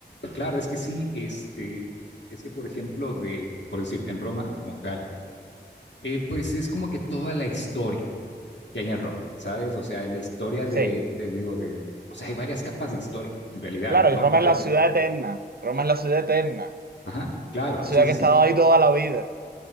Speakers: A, on the left (about 85°); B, on the right (about 60°).
A: Claro, es que sí, este, es que por ejemplo, de, por decirte en Roma como tal, eh, pues es como que toda la historia que hay en Roma, ¿sabes? O sea, la historia de,
B: Sí,
A: te digo, de, o sea, hay varias capas de historia en realidad,
B: claro,
A: ¿no?
B: y Roma
A: Porque
B: es la
A: es,
B: ciudad eterna. Roma es la ciudad eterna.
A: ajá, claro,
B: Una ciudad
A: sí,
B: que
A: sí,
B: ha
A: sí.
B: estado ahí toda la vida.